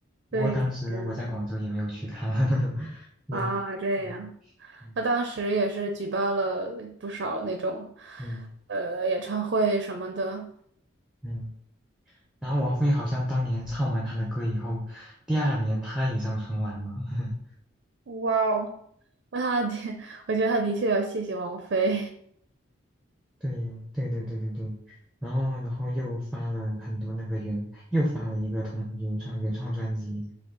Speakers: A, on the right; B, in the centre.
A: 对，
B: 不过当时我在广州也没有去看，
A: 之前
B: <laughs> 对，
A: 啊，这样。
B: 嗯嗯
A: 他当时也是举办了不少那种，
B: 嗯
A: 呃，演唱会什么的。
B: 嗯，然后王菲好像当年唱完他的歌以后，第二年她也上春晚了，<laughs>
A: 哇哦，那他的，<laughs> 我觉得他的确要谢谢王菲
B: 对对对对对对，然后然后又发了很多那个原，又发了一个同原创原创专辑，